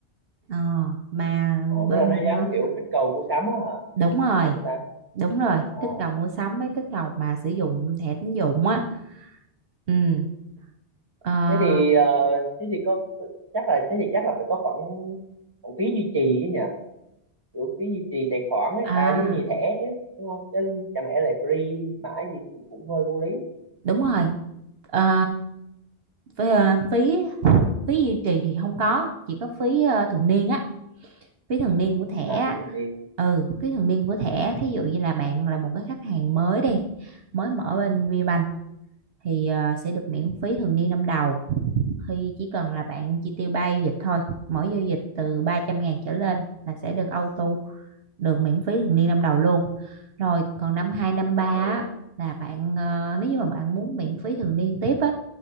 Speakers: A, on the right (about 65°); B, on the right (about 20°).
A: ờ, mà
B: Ờ,
A: bên
B: tức là nó gắn
A: à,
B: kiểu kích cầu mua sắm á hả?
A: đúng rồi
B: Ờ, Không ta?
A: đúng rồi
B: Ờ ờ.
A: kích cầu mua sắm với kích cầu mà sử dụng thẻ tín dụng á ừ Ờ,
B: thế thì ờ, thế thì có chắc là thế thì chắc là phải có khoản khoản phí duy trì chứ nhỉ kiểu phí duy trì tài khoản ấy
A: À,
B: à duy trì thẻ chứ đúng không chứ chẳng lẽ lại free mãi thì cũng cũng hơi vô lý
A: đúng rồi. Ờ, phí, ờ, phí phí duy trì thì không có, chỉ có phí ờ, thường niên á, phí thường niên của thẻ.
B: à
A: á.
B: thế thì đi
A: Ừ, phí thường niên của thẻ, thí dụ như là bạn là một cái khách hàng mới đi, mới mở bên VBank thì ờ, sẽ được miễn phí thường niên năm đầu khi chỉ cần là bạn chi tiêu 3 giao dịch thôi, mỗi giao dịch từ ba trăm ngàn trở lên là sẽ được auto được miễn phí thường niên năm đầu luôn rồi còn năm 2 năm 3 á,
B: ồ
A: là bạn ờ, nếu như mà bạn muốn miễn phí thường niên tiếp á